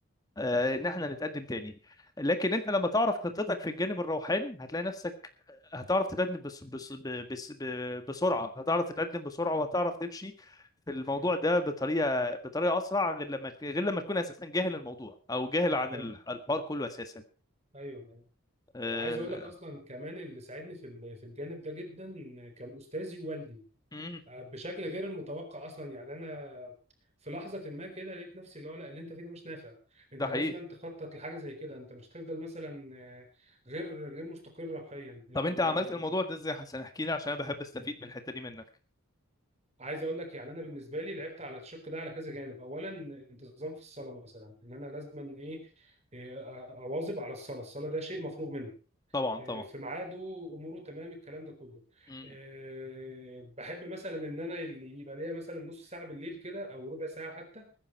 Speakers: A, on the left (about 15°); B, on the right (about 30°).
A: آه ان احنا نتقدم تاني لكن انت لما تعرف خطتك في الجانب الروحاني هتلاقي نفسك هتعرف تتقدم بس بس بس ب- بسرعه هتعرف تتقدم بسرعه وهتعرف تمشي في الموضوع
B: مم.
A: ده بطريقه بطريقه اسرع غير لما غير لما تكون اساسا جاهل الموضوع او جاهل عن
B: اه
A: ال- الحوار كله اساسا
B: ايوه أيوة.
A: أه...
B: آه، عايز اقول لك اصلا كمان اللي ساعدني في ال- في الجانب ده جدا كان استاذي ووالدي
A: مم،
B: بشكل غير المتوقع اصلا يعني انا في لحظه ما كده لقيت نفسي اللي هو لا اللي انت فيه ده مش نافع انت
A: ده حقيقي
B: لازم تخطط لحاجه زي كده انت مش هتفضل مثلا آه، غير غير مستقر روحيا آه،
A: طب انت عملت الموضوع ده ازاي يا حسن احكي لي عشان انا بحب استفيد من الحته دي منك
B: عايز اقول لك يعني انا بالنسبه لي لعبت على الشق ده على كذا جانب اولا انتظام في الصلاه مثلا ان انا لازم ايه آه، اواظب على الصلاه الصلاه ده شيء مفروغ منه
A: طبعا
B: آه،
A: طبعا
B: في ميعاده اموره تمام الكلام ده كله
A: مم.
B: آه، بحب مثلا ان انا اللي يبقى ليا مثلا نص ساعه بالليل كده او ربع ساعه حتى